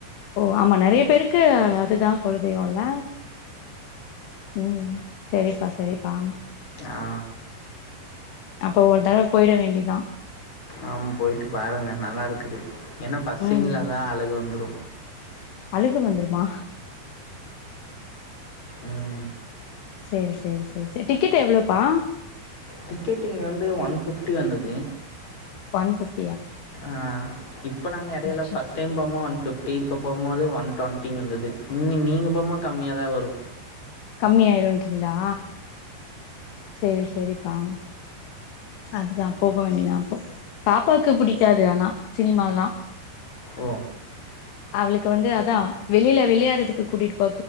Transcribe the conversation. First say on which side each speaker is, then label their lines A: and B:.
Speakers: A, on the left (about 85°); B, on the left (about 40°).
A: ஓ ஆமா நறைய பேருக்கு அதுதா கொலதெய்வோ ல ம் செரிப்பா செரிப்பா
B: ஆ
A: அப்போ ஒரு தட பொய்ட வேண்டிதா
B: ஆம் போய்ட்டு பாருங்க நல்லாருக்குது என்ன ஃபர்சின்ல
A: ம்
B: தா அழுக வந்துரு
A: அழுக வந்துருமா
B: ம்ஹ்
A: செரி செரி செரி செ டிக்கெட் எவ்ளப்பா
B: டிக்கெட் இங்க வந்து ஒன் ஃபிப்ட்டி வந்துது
A: ஒன்ஃபிப்
B: ஆ இப்ப நாங்க எடைல
A: சேரி
B: ஃபஸ்ட் டைம் பமோ ஃபிப்டி ப்ப போமோது ஒன் டொண்டி வந்துது இன்னி நீங்க போமோ கம்மியாதா வரு
A: கம்மியாய்ருன்றிங்ளா சேரி செரிப்பா அதுதா போக வேண்டிதா அப்போ பாப்பாக்கு புடிக்காது ஆனா சினிமால்லா
B: ஓ
A: அவ்ளுக்கு வந்து அதா வெளில விளயாட்றதுக்கு கூட்டிட்டு போ